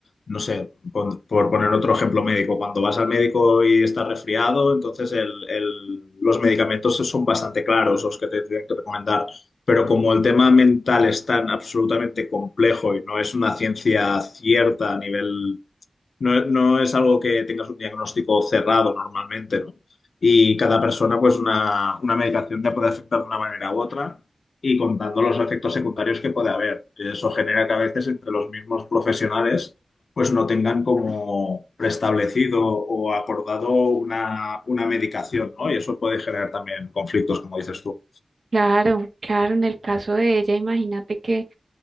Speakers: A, on the left; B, on the right.
A: no sé, pon- por, poner otro ejemplo médico, cuando vas al médico y estás resfriado, entonces el- el- los medicamentos son bastante claros los que te tienen que recomendar, pero como el tema mental es tan absolutamente complejo y no es una ciencia cierta a nivel no, no es algo que tengas un diagnóstico cerrado normalmente, ¿no? Y cada persona, pues una, una medicación te puede afectar de una manera u otra y contando los efectos secundarios que puede haber. Eso genera que a veces entre los mismos profesionales, pues no tengan como preestablecido o acordado una, una medicación, ¿no? Y eso puede generar también conflictos, como dices tú.
B: Claro, claro, en el caso de ella, imagínate que